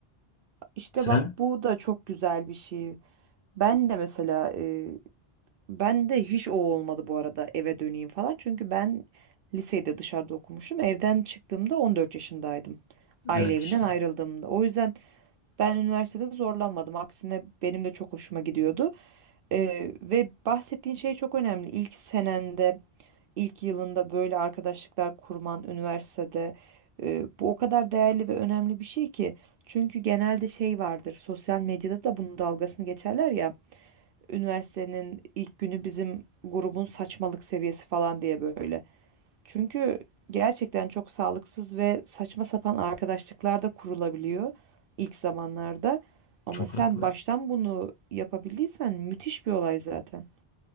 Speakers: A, on the right; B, on the left.
A: İşte
B: Sen?
A: bak bu da çok güzel bir şey. Ben de mesela e, ben de hiç o olmadı bu arada eve döneyim falan. Çünkü ben lisede dışarıda okumuşum. Evden çıktığımda 14 yaşındaydım. Aile
B: Evet
A: evinden
B: işte.
A: ayrıldığımda. O yüzden Ben üniversitede zorlanmadım. Aksine benim de çok hoşuma gidiyordu. Ee, ve bahsettiğin şey çok önemli. İlk senende, ilk yılında böyle arkadaşlıklar kurman üniversitede e, bu o kadar değerli ve önemli bir şey ki. Çünkü genelde şey vardır. Sosyal medyada da bunun dalgasını geçerler ya. Üniversitenin ilk günü bizim grubun saçmalık seviyesi falan diye böyle. Çünkü gerçekten çok sağlıksız ve saçma sapan arkadaşlıklar da kurulabiliyor ilk zamanlarda. Ama
B: Çok
A: sen
B: haklı.
A: baştan bunu yapabildiysen müthiş bir olay zaten.